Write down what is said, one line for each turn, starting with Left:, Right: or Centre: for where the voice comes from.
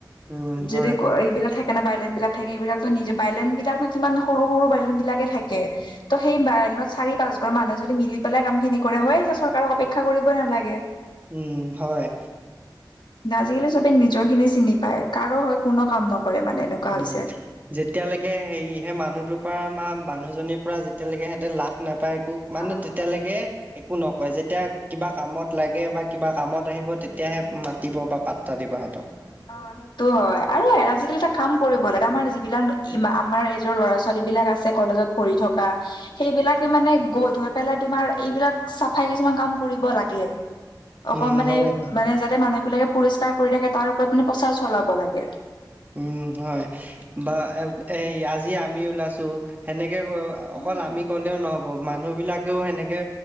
Right: উম
Left: যদি
Right: হয় হয়
Left: এইবিলাক থাকে বাইলেন বিলাক থাকে এইবিলাকতো নিজে বাইলেনবিলাকতো কিমান সৰু সৰু বাইলেনবিলাকে থাকে ত' সেই বাইলাইনত চাৰি পাঁচ ঘৰ মানুহে যদি মিলি পেলাই কাম খিনি কৰে হয় চৰকাৰক অপেক্ষা কৰিবই নালাগে।
Right: উম হয়।
Left: আজিকালি সবে নিজৰ খিনি চিনি পায় কাৰো হৈ কোনো কাম নকৰে মানে এনেকুৱা
Right: উম।
Left: হৈছে
Right: যেতিয়ালেকে হেৰি হে মানুহটোৰ পৰা বা মানুহজনীৰ পৰা যেতিয়ালেকে সিহঁতে লাভ নাপায় একো মানে
Left: অ
Right: তেতিয়ালেকে
Left: অ
Right: একো নকয় যেতিয়া কিবা কামত লাগে বা কিবা কামত আহিব তেতিয়াহে মাতিব বা পাত্তা দিব সিহঁতক।
Left: অ সেই তো হয় আৰু আজিকালি এটা কাম কৰিব লাগে আমাৰ যিবিলাক আমাৰ এইজৰ ল'ৰা ছোৱালী বিলাক আছে কলেজত পঢ়ি থকা সেইবিলাকে মানে গ্ৰথ হৈ পেলাই তোমাৰ এইবিলাক চফাই কিছুমান কাম কৰিব লাগে। অকন
Right: উম
Left: মানে
Right: হয় হয়
Left: মানে যাতে মানুহ বিলাকে পৰিষ্কাৰ কৰি থাকে তাৰ ওপৰত মানে প্ৰচাৰ চলাব লাগে।
Right: উম হয় বা এ এই আজি আমি ওলাইছো সেনেকে অ অকল
Left: উম
Right: আমি ক'লেও নহ'ব মানুহবিলাকেও সেনেকে